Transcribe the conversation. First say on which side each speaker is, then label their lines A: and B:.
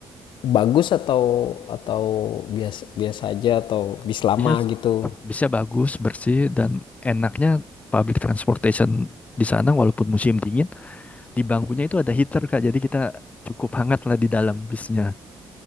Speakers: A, on the left; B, on the left.
A: bagus atau atau biasa biasa aja atau bis lama
B: Bisnya,
A: gitu?
B: bisnya bagus, bersih, dan enaknya public transportation di sana walaupun musim dingin, di bangkunya itu ada heater, Kak. Jadi kita cukup hangat lah di dalam bisnya.